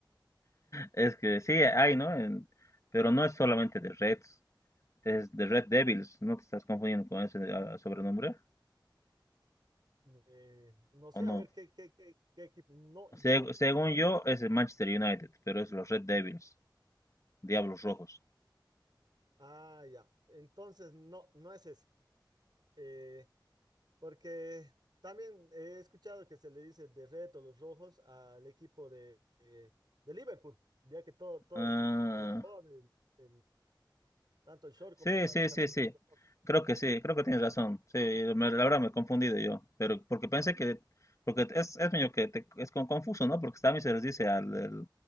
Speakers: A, on the left; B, on the right.
A: Es que sí, hay, ¿no? En- pero no es solamente de Reds, es de Red Devils. ¿No te estás confundiendo con ese ah, sobrenombre?
B: Eh, no sé,
A: ¿O no?
B: a ver, ¿qué, qué, qué, qué equipo? No,
A: Se-
B: yo.
A: según yo, es el Manchester United, pero es los Red Devils, Diablos Rojos.
B: Ah, ya. Entonces, no, no es ese. Eh, Porque también he escuchado que se le dice de reto los rojos al equipo de, eh, de Liverpool, ya que todo, todos
A: Ah,
B: sus, sus uniformes, el- el- tanto el short
A: Sí,
B: como la,
A: sí,
B: la camiseta
A: sí, sí.
B: son rojos.
A: Creo que sí, creo que tienes razón. Sí, me- la verdad me he confundido yo, pero porque pensé que, porque es, es medio que te- es como confuso, ¿no? Porque también se les dice al, del-